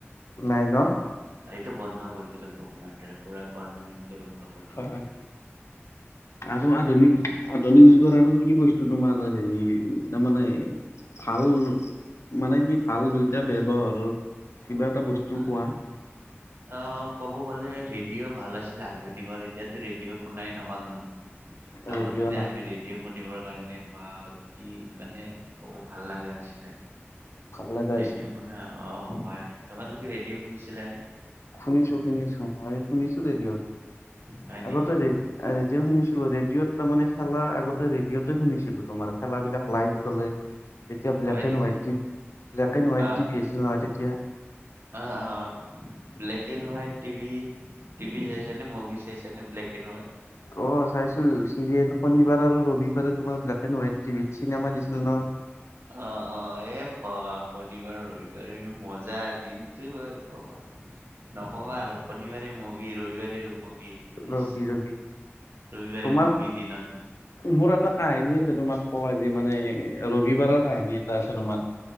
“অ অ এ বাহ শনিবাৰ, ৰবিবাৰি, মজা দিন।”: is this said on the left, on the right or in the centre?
Right